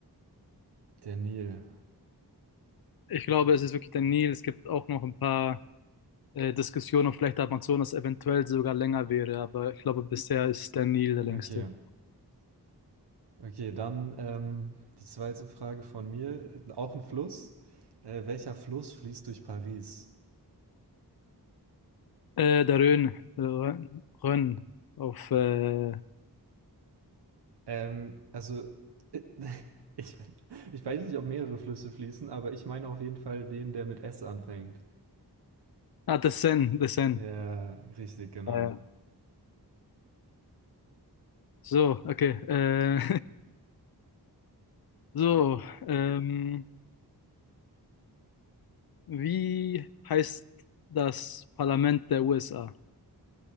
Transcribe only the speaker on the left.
Ich glaube, es ist wirklich der Nil. Es gibt auch noch ein paar äh, Diskussionen, ob vielleicht der Amazonas eventuell sogar länger wäre, aber ich glaube, bisher ist der Nil der längste.
Äh, der Rhön, äh, Rhön, Rhön auf, äh,
ah, der Seine, der Seine.
Ja, ja. So, okay. Äh, <laughs> so, ähm, wie heißt das Parlament der USA?